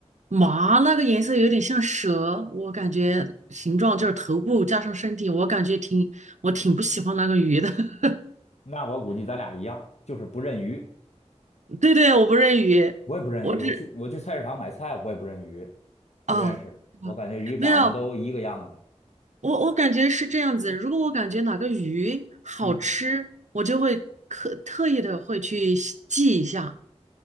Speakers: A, on the right; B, on the left.
A: 麻，那个颜色有点像蛇，我感觉形状就是头部加上身体，我感觉挺我挺不喜欢那个鱼的。<laughs>
B: 那我估计咱俩一样，就是不认鱼，
A: 对对，我不认鱼。
B: 我也不认鱼。
A: 我只
B: 我去我去菜市场买菜，我也不认鱼，
A: 啊，
B: 不认识。
A: 啊
B: 我感觉鱼长得都一个样子，
A: 没有，我我感觉是这样子。如果我感觉哪个鱼好吃，
B: 嗯
A: 我就会特特意的会去记记一下。